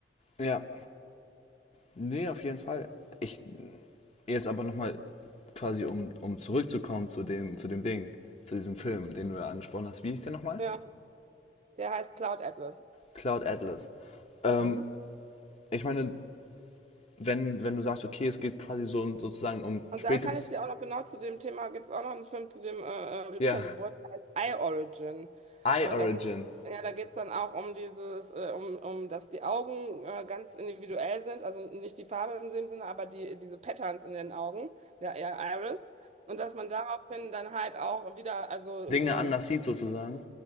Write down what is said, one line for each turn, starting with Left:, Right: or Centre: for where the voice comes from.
Left: ja. Nee, auf jeden Fall. Ich jetzt aber nochmal quasi, um, um zurückzukommen zu dem, zu dem Ding, zu diesem Film, den du ja angesprochen hast. Wie hieß der nochmal?
Right: Ja, der heißt Cloud Atlas.
Left: Cloud Atlas. Ähm,
Right: Mhm.
Left: ich meine, wenn, wenn du sagst, okay, es geht quasi so sozusagen um
Right: Und
Left: späteres,
Right: da kann ich dir auch noch genau zu dem Thema, gibt es auch noch einen Film zu dem äh, äh,
Left: ja,
Right: Wiedergeburt, der heißt Eye Origin.
Left: <laughs> Eye
Right: Äh,
Left: Origin.
Right: da geht, ja, da geht's dann auch um dieses, äh, um, um, dass die Augen äh, ganz individuell sind, also nicht die Farbe in dem Sinne, aber die, diese Patterns in den Augen, der, der Iris. Und dass man daraufhin dann halt auch wieder, also äh,
Left: Dinge anders sieht sozusagen.